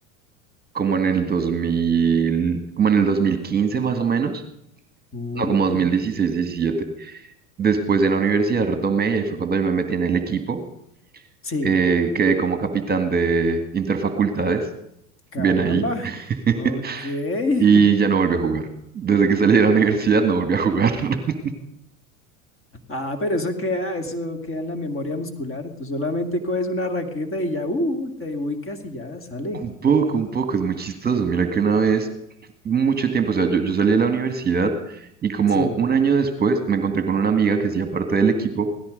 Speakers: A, on the right; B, on the left.
A: como en el 2000, como en el 2015 más o menos,
B: Uy,
A: no, como 2016, 17. Después en la universidad retomé y ahí fue cuando yo me metí en el equipo
B: sí,
A: eh, quedé como capitán de interfacultades,
B: caramba.
A: bien ahí, <laughs>
B: Ok. <laughs>
A: y ya no volví a jugar. Desde que salí de la universidad no volví a jugar. <laughs>
B: Ah, pero eso queda, eso queda en la memoria muscular. Tú solamente coges una raqueta y ya, uh, te ubicas y ya sale.
A: Un poco, un poco, es muy chistoso. Mira que una vez, mucho tiempo, o sea, yo, yo salí de la universidad y como
B: Sí,
A: un año después me encontré con una amiga que hacía parte del equipo